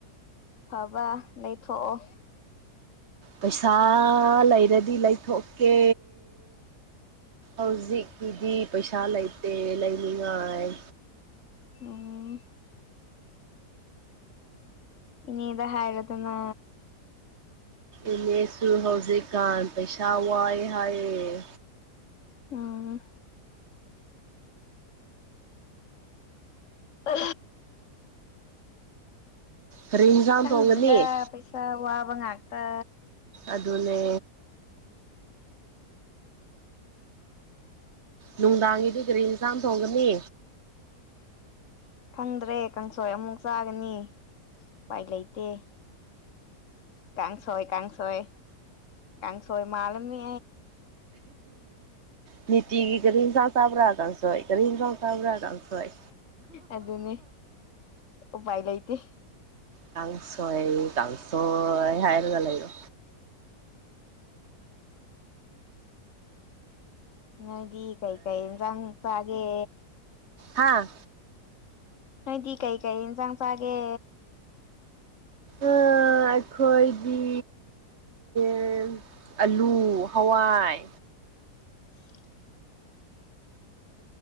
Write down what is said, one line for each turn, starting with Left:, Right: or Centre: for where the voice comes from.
Left: ꯍꯥꯕꯥ ꯅ ꯊꯣꯛꯑꯣ
Right: ꯄꯩꯁꯥ ꯂꯩꯔꯗꯤ ꯂꯩꯊꯣꯛꯀꯦ ꯍꯧꯖꯤꯛꯀꯤꯗꯤ ꯄꯩꯁꯥ ꯂꯩꯇꯦ ꯂꯩꯅꯤꯡꯉꯥꯏ
Left: ꯎꯝ ꯏꯅꯤꯗ ꯍꯥꯏꯔ ꯑꯗꯨꯅ
Right: ꯏꯅꯦꯁꯨ ꯍꯧꯖꯤꯛꯀꯥꯟ ꯄꯩꯁꯥ ꯋꯥꯏ ꯍꯥꯏꯌꯦꯦ
Left: ꯎꯝ ꯑ
Right: ꯀꯔꯤ ꯏꯟꯁꯥꯡ
Left: ꯈꯪꯗ꯭ꯔꯤꯗ
Right: ꯊꯣꯡꯒꯅꯤ
Left: ꯄꯩꯁꯥ ꯋꯥꯕ ꯉꯥꯛꯇ
Right: ꯑꯗꯨꯅꯦ ꯅꯨꯡꯗꯥꯡꯒꯤꯗꯤ ꯒꯥꯔꯤ ꯑꯦꯟꯁꯥꯝ ꯊꯣꯡꯒꯅꯤ
Left: ꯈꯪꯗ꯭ꯔꯦ ꯀꯥꯡꯁꯣꯏ ꯑꯃꯨꯛ ꯆꯥꯒꯅꯤ ꯎꯄꯥꯏ ꯂꯩꯇꯦ ꯀꯁ ꯑꯣꯏ ꯀꯁ ꯁꯣꯏ ꯌꯥꯪ ꯁꯣꯣꯏ ꯃꯥꯂꯅꯤ
Right: ꯎ ꯅꯤꯇꯤꯒꯤ ꯀꯔꯤ ꯌꯦꯟꯁꯥꯡ ꯆꯥꯕ꯭ꯔꯥ ꯀꯥꯡꯁ ꯀꯔꯤ ꯍꯤꯡꯁꯥꯡ ꯊꯔ ꯀꯜ ꯐꯥꯏ
Left: ꯑꯗꯨꯅꯤ ꯎꯄꯥꯏ ꯂꯩꯇꯦ
Right: ꯀꯥꯡꯁ ꯑꯩ ꯀꯁ ꯍꯥꯏ ꯍꯥꯏꯔꯒꯂꯒꯣ
Left: ꯅꯣꯏꯗꯤ ꯀꯩꯀꯩ ꯏꯟꯖꯥꯡ ꯆꯥꯒꯦ
Right: ꯍꯥꯥ
Left: ꯅꯣꯏꯗꯤ ꯀꯩ ꯀꯩ ꯏꯟꯁꯥꯡ ꯆꯥꯒꯦ
Right: ꯑ ꯑꯩꯈꯣꯏꯗꯤ ꯑ ꯑꯂꯨ ꯍꯋꯥꯏ
Left: <inaudible>